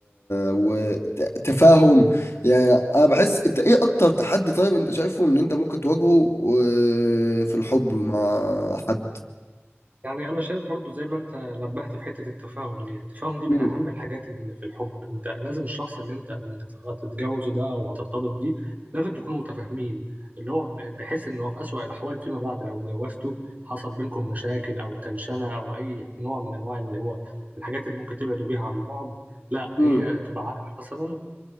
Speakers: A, on the left; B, on the right.
A: وتفاهم يعني انا بحس انت ايه اكتر تحدي طيب انت شايفه ان انت ممكن تواجهه و- في الحب مع حد
B: يعني انا شايف برضو زي ما انت نبهت في حته التفاهم دي يعني التفاهم دي من
A: مم.
B: اهم الحاجات اللي في الحب انت لازم الشخص اللي انت هتتجوزه ده او هترتبط بيه لازم تكونوا متفاهمين اللي هو ب- بحيث ان هو في اسوأ الاحوال فيما بعد لو اتجوزته حصل بينكم مشاكل او تنشنه او اي نوع من انواع اللي هو الحاجات اللي ممكن تبعدوا بيها عن بعض لا
A: مم.
B: هي تبقى عاقله مثلا